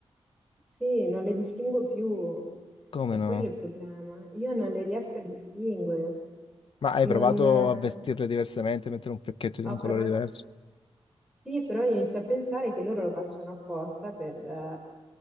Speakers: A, in the centre; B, on the left.
A: Sì, non le distingo più,
B: Come
A: è
B: no?
A: quello è il problema. Io non le riesco a distinguere.
B: Ma hai
A: Non,
B: provato
A: eh,
B: a vestirle diversamente, mettere un fiocchetto di un
A: ho
B: colore
A: provato,
B: diverso?
A: sì, però inizio a pensare che loro lo facciano apposta per, eh,